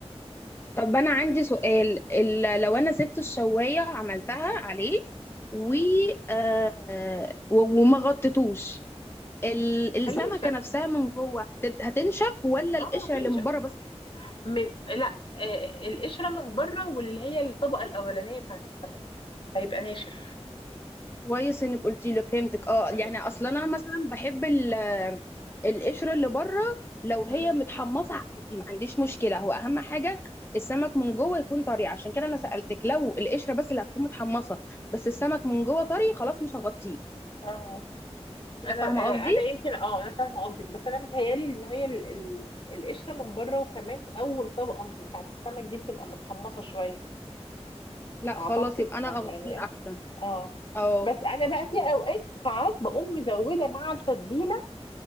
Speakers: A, on the left (about 20°); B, on the left (about 50°).
A: طب انا عندي سؤال ال- لو انا سبت الشوايه عملتها عليه و
B: مم.
A: آه، و- وما غطيتوش ال- السمكة
B: هينشف
A: نفسها من جوه هتب- هتنشف ولا القشرة
B: اه بينشف
A: اللي من بره بس
B: من لا آه، القشره من بره واللي هي الطبقه الاولانيه بتاعت السمك هيبقى ناشف
A: كويس انك قلتي لي فهمتك اه
B: امم
A: يعني اصلا انا مثلا بحب ال- القشرة اللي بره لو هي
B: امم
A: متحمصة عادي، ما عنديش مشكلة هو اهم حاجة السمك من جوه يكون طري عشان كده انا سألتك لو القشرة بس اللي هتكون متحمصة بس السمك من جوه طري خلاص مش هغطيه
B: اه
A: كده
B: انا
A: فاهمة
B: آه
A: قصدي
B: انا يمكن اه انا فاهمه قصدك بس انا متهيالي ان هي ال- ال- القشره من بره وكمان اول طبقه من بتاعت السمك دي بتبقى متحمصه شويه
A: لا
B: اعتقد
A: خلاص يبقى انا
B: فاهمه
A: اغطيه
B: يعني ايه
A: احسن
B: اه
A: اه
B: بس انا بقى في اوقات ساعات بقوم مزوده مع التتبيله